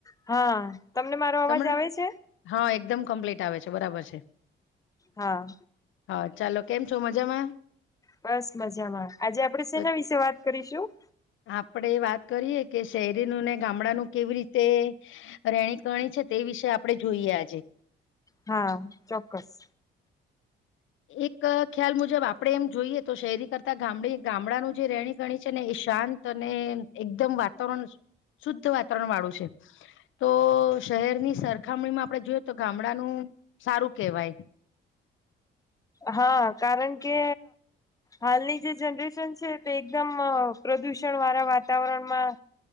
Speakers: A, on the left; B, on the left.
A: હા તમને મારો અવાજ
B: સમ
A: આવે છે
B: હા એકદમ કમ્પ્લીટ આવે છે બરાબર છે
A: હા
B: હા ચાલો કેમ છો મજામાં
A: બસ મજામાં આજે આપડે સેના
B: તો
A: વિશે વાત કરીશું?
B: આપણે વાત કરીએ કે શહેરીનું ને ગામડાનું કેવી રીતે રેહણી કેહણી છે તે વિશે આપડે જોઈએ આજે
A: હા ચોક્કસ
B: એક ખ્યાલ મુજબ આપણે એમ જોઈએ તો શહેરી કરતા ગામ ગામડાનું જે રહેણી કેહણી છે ને એ શાંત અને એકદમ વાતાવરણ શુદ્ધ વાતાવરણ વાળું છે તો શહેરની સરખામણીમાં આપણે જોઈએ તો ગામડાનું સારું કહેવાય
A: હા કારણ કે હાલની જે જનરેશન છે તે એકદમ પ્રદુષણ વાળા વાતાવરણમાં